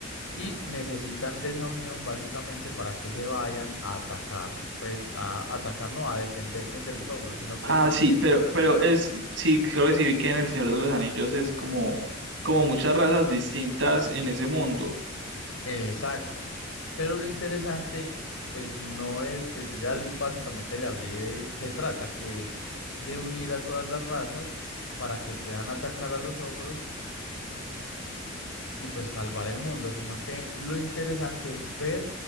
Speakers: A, on the left; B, on the right.
A: y necesitan de esa unión básicamente para que se vayan a atacar, pues a atacar no, a defenderse de los ogros, sino que
B: Ah,
A: lo interesante
B: sí, pero, pero es, sí, creo que sí vi que en El Señor de los Anillos es como, como muchas razas distintas en ese mundo.
A: Exacto. Pero lo interesante, pues no es, pues yo ya l- básicamente le hablé de qué trata, que es de unir a todas las razas para que puedan atacar a los ogros y pues salvar el mundo, sino que lo interesante es ver